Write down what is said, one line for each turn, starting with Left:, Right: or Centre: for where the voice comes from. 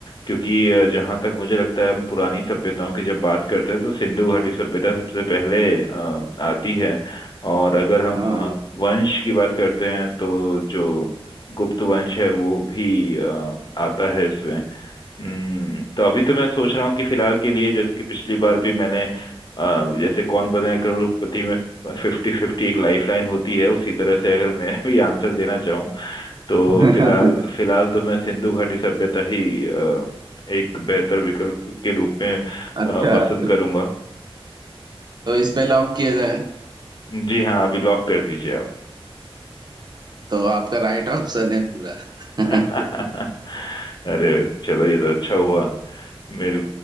Left: क्योंकि अ, जहाँ तक मुझे लगता है हम पुरानी सभ्यताओं की जब बात करते हैं तो सिंधु घाटी सभ्यता सबसे पहले अ, आती है और अगर हम
Right: हाँ
Left: अ, वंश की बात करते हैं तो जो गुप्त वंश है वो भी अ, आता है इसमें हम्म तो अभी तो मैं सोच रहा हूँ कि फिलहाल के लिए जैसे कि पिछली बार भी मैंने अ, जैसे कौन बने करोड़पति में फिफ्टी फिफ्टी एक लाइफ लाइन होती है उसी तरह से अगर मैं भी आंसर देना तो
Right: <laughs>
Left: फिलहाल फिलहाल तो मैं सिंधु घाटी सभ्यता ही अ, एक बेहतर विकल्प के रूप में अ,
Right: अच्छा
Left: पसंद
Right: तो,
Left: करूंगा
Right: तो इस पे लॉक किया जाए
Left: जी हाँ अभी लॉक कर दीजिए आप
Right: तो आपका राइट ऑप्शन है पूरा <laughs>
Left: <laughs> अरे चलो ये तो अच्छा हुआ मेरे